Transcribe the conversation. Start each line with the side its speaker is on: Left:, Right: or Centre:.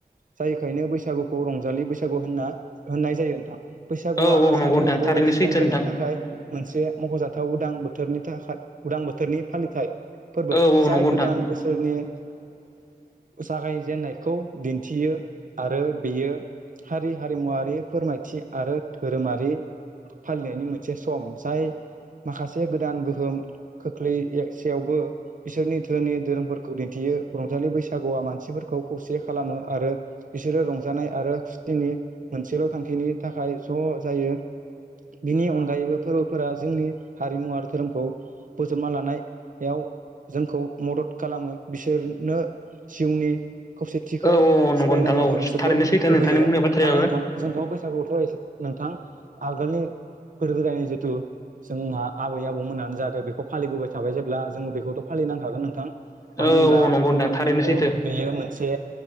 Right: जायोखायनो बैसागुखौ रंजालि बैसागु होनना होननाय जायो नोंथां बैसागुया
Left: औ औ
Right: आसामनि
Left: नंगौ नोंथां
Right: बर'
Left: थारैनो
Right: सुबुंफोरनि
Left: सैथो नोंथां
Right: थाखाय मोनसे मख'जाथाव उदां बोथोरनि थाखाय उदां बोथोरनि फालिथाय फोरबो
Left: औ
Right: जाय
Left: नंगौ नोंथां
Right: गोदान बोसोरनि
Left: <inaudible>
Right: जागाय जेनननायखौ दिनथियो आरो बेयो हारि हारिमुवारि फोरमायथि आरो दोरोमारि फालिनायनि मोनसे सम जाय माखासे गोदान गोहोम खोख्लैसेयावबो बिसोरनि धोनि धोरोमफोरखौ दिनथियो रंजालि बैसागुआ मानसिफोरखौ खौसे खालामो आरो बिसोरो रंजानाय आरो मोनसेल' थांखिनि थाखाय ज' जायो बिनि अनगायैबो फोरबोफोरा जोंनि हारिमु आरो दोरोमखौ बोजबना लानायाव जोंखौ मदद खालामो बिसोरनो जिउनि खौसेथिखौ
Left: औ औ नंगौ
Right: सिफायनायाव
Left: नोंथां औ
Right: जोबोद
Left: थारैनो सैथो
Right: होबोयो
Left: नोंथांनि बुंनाय बाथ्रायाबो
Right: आरो नोंथां जोंथ' बैसागुयावथ' ए नोंथां आगोलनि गोदो गोदायनि जिथु जोंहा आबै आबौमोनानो जाहाथे बेखौ फालिबोबाय थाबाय जेब्ला जों बेखौथ' फालि नांखागोन नोंथां
Left: औ
Right: मानो होनब्ला
Left: औ नंगौ नोंथां थारैनो सैथो
Right: औ बेयो मोनसे